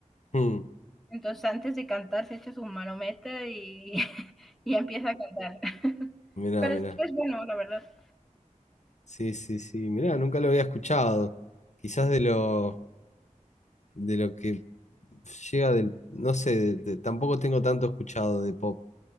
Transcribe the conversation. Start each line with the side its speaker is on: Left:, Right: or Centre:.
Left: Mm,
Centre: Entonces, antes de cantar, se echa su marometa y, <laughs> y empieza a cantar. <laughs>
Left: mirá,
Centre: Pero
Left: mirá.
Centre: es, es bueno, la verdad.
Left: Sí, sí, sí. Mirá, nunca lo había escuchado. Quizás de lo, de lo que llega del, no sé, de- de- tampoco tengo tanto escuchado de pop,